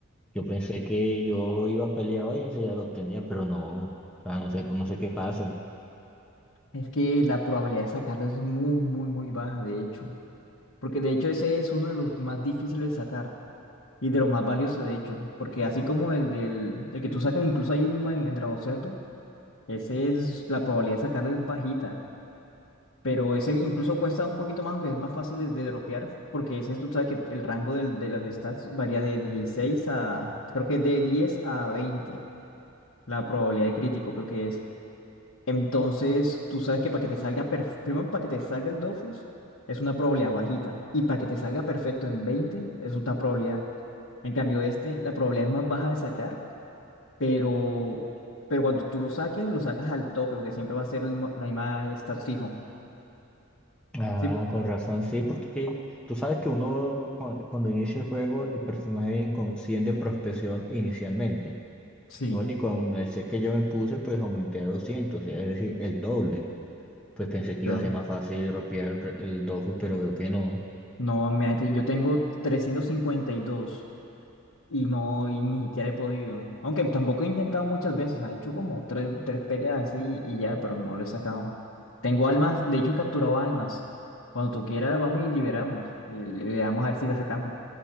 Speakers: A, in the centre; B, on the left.
A: Yo pensé que yo iba a pelear Valencia y ya lo tenía, pero no, o sea, no sé, pues no sé qué pasa.
B: Es que la probabilidad de sacarlo es muy, muy, muy baja, de hecho. Porque de hecho ese es uno de los más difíciles de sacar y de los más valiosos, de hecho. Porque así como el del el que tú sacas incluso ahí mismo en, en Dragocerto, ese es, la probabilidad de sacarlo es bajita. Pero ese incluso cuesta un poquito más, aunque es más fácil de, de dropear, porque ese tú sabes que el rango del- de los stats varía de dieciséis a, creo que de 10 a 20 la probabilidad de crítico creo que es. Entonces, tú sabes que para que te salga, perf- primero para que te salga el Dofus es una probabilidad bajita, y para que te salga perfecto en 20 es una probabilidad. En cambio, este, la probabilidad es más baja de sacar, pero, pero cuando tú lo saques, lo sacas al tope, porque siempre va a ser el mismo- la misma stats fijo.
A: Ah,
B: Sí,
A: con razón, sí, porque que- tú sabes que uno cu- cuando, inicia el juego, el personaje es inconsciente de prospección inicialmente.
B: sí,
A: Y bueno, y con el set que yo me puse, pues aumenté a doscientos es decir, el doble. Pues pensé que
B: claro.
A: iba a ser más fácil dropear el, el Dofus, pero veo que no.
B: No, imagínate, yo tengo trescientos cincuenta y dos y no, y ni siquiera he podido. Aunque tampoco he intentado muchas veces, ha hecho como tres, tres peleas así y ya, pero no lo he sacado. Tengo almas, de hecho he capturado almas. Cuando tú quieras, vamos y liberamos y le le damos a ver si la sacamos.